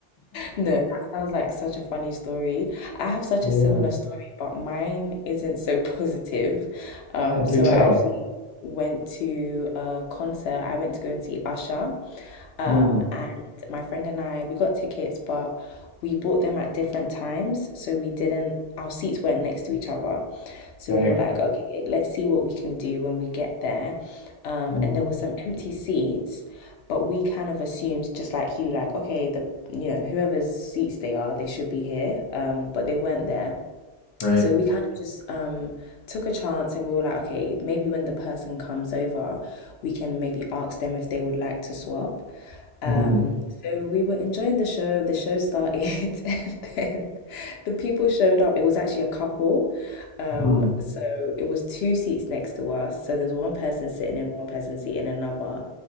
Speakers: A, on the left; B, on the left.
A: No, that sounds like such a funny story. I have such
B: Yeah,
A: a similar story, but mine isn't so <laughs> positive. Um,
B: yeah, do
A: so
B: tell.
A: I actually went to a concert. I went to go and see Usher. Um,
B: Mm,
A: and my friend and I, we got tickets, but we bought them at different times. So we didn't, our seats weren't next to each other. So
B: right.
A: we were like, okay, let's see what we can do when we get there. Um,
B: Mm,
A: and there were some empty seats but we kind of assumed just like you like okay the you know whoever's seats they are they should be here um but they weren't there
B: right.
A: so we kind of just um took a chance and we were like okay maybe when the person comes over we can maybe ask them if they would like to swap um
B: Mm-hmm.
A: so we were enjoying the show the show started <laughs> and then the people showed up it was actually a couple um,
B: Mm-hmm.
A: so it was two seats next to us. So there's one person sitting in one person seat in another.